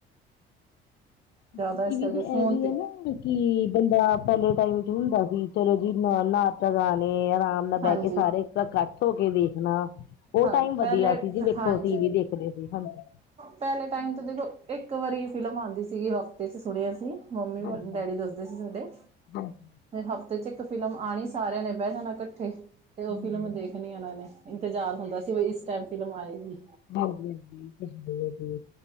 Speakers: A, on the right; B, on the left.
A: ਜ਼ਿਆਦਾ
B: ਟੀਵੀ
A: ਇਸ ਕਰਕੇ
B: ਤੇ
A: ਫੋਨ
B: ਐਵੀਐ ਨਾ ਕੀ ਬੰਦਾ ਪੈਲੇ ਟਾਈਮ ਚ ਹੁੰਦਾ ਸੀ ਚਲੋ ਜੀ ਨ ਨਾਸਤਾ ਗਾਣੇ ਆਰਾਮ ਨਾਲ
A: ਹਾਂਜੀ
B: ਬਹਿ ਕੇ ਸਾਰੇ ਇੱਕ ਇਕੱਠ ਹੋ ਕੇ ਦੇਖਣਾ ਉਹ
A: ਹਾਂ
B: ਟਾਈਮ ਵਧੀਆ
A: ਪੈਲੇ
B: ਸੀ ਜੀ ਵੇਖੋ
A: ਹਾਂਜੀ
B: ਟੀਵੀ ਦੇਖਦੇ ਸੀ ਹਾਂਜੀ
A: ਪੈਲੇ ਟਾਈਮ ਤੋਂ ਦੇਖੋ ਇੱਕ ਵਾਰੀ ਫਿਲਮ ਆਉਂਦੀ ਸੀਗੀ ਹਫ਼ਤੇ 'ਚ ਸੁਣਿਆ ਅਸੀਂ ਮੰਮੀ
B: ਹਾਂਜੀ
A: ਡੈਡੀ ਦੱਸਦੇ ਸੀ ਸਾਡੇ
B: ਹਾਂਜੀ ਹਾਂਜੀ
A: ਹਫ਼ਤੇ ਚ ਇੱਕ ਫਿਲਮ ਆਉਣੀ ਸਾਰਿਆਂ ਨੇ ਬਹਿ ਜਾਣਾ ਇਕੱਠੇ ਤੇ ਉਹ
B: ਹਾਂਜੀ
A: ਫਿਲਮ ਦੇਖਣੀ ਉਹਨਾਂ ਨੇ ਇੰਤਜ਼ਾਰ ਹੁੰਦਾ ਸੀ ਵੀ ਇਸ ਟਾਈਮ ਫਿਲਮ ਆਏਗੀ
B: ਹਾਂਜੀ ਹਾਂਜੀ ਹਾਂ